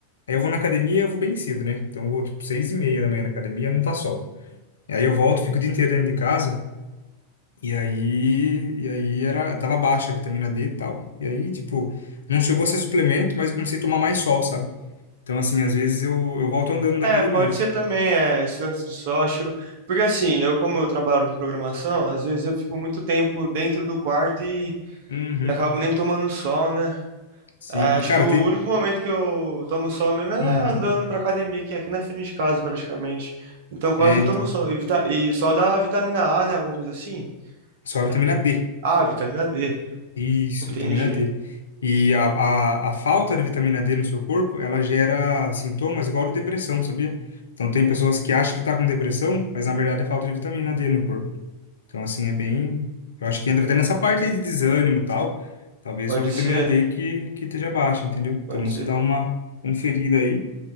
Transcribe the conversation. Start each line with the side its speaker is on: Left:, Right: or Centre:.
Left: Aí eu vou na academia, eu vou bem cedo, né? Então eu vou, tipo, seis e meia da manhã na academia, não tá sol. aí eu volto, fico o dia inteiro dentro de casa. E aí, e aí era, tava baixa a vitamina D e tal. E aí, tipo, não chegou a ser suplemento, mas eu comecei a tomar mais sol, sabe? Então, assim, às vezes eu, eu volto andando da
Right: É,
Left: academia.
Right: pode ser também, é, esse lance de sol, Porque assim, eu como eu trabalho com programação, às vezes eu fico muito tempo dentro do quarto e,
Left: Uhum.
Right: e acabo nem tomando sol, né?
Left: Sim.
Right: É, acho
Left: E, cara,
Right: que o
Left: te...
Right: único momento que eu tomo sol mesmo é
Left: Uhum.
Right: andando pra academia, que é aqui na frente de casa, praticamente. Então quase
Left: É,
Right: não
Left: então.
Right: tomo sol. E, vita... e sol dá vitamina A, né? Alguma coisa assim?
Left: Só a
Right: né?
Left: vitamina D.
Right: Ah, vitamina D.
Left: Isso,
Right: Entendi.
Left: vitamina D. E a, a, a falta de vitamina D no seu corpo, ela gera sintomas igual a de depressão, sabia? Então, tem pessoas que acham que tá com depressão, mas na verdade é falta de vitamina D no corpo. Então, assim, é bem. Eu acho que entra até nessa parte aí de desânimo e tal. Talvez
Right: Pode
Left: sua vitamina
Right: ser.
Left: D que, que esteja baixa, entendeu?
Right: Pode
Left: Então,
Right: ser.
Left: você dá uma conferida aí.